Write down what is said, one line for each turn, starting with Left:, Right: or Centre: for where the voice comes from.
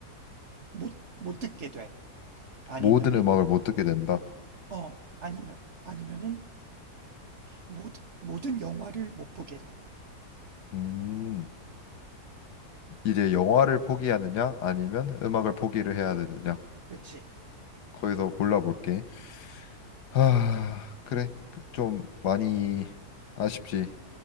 Right: 못, 못 듣게 돼. 아니면은
Left: 모든 음악을 못 듣게 된다.
Right: 어, 아니면 아니면은 모든 모든 영화를 못 보게 돼.
Left: 음, 이제 영화를 포기하느냐, 아니면 음악을 포기를 해야 되느냐.
Right: 그치?
Left: 거기서 골라볼게. 아, 그래. 좀 많이 아쉽지.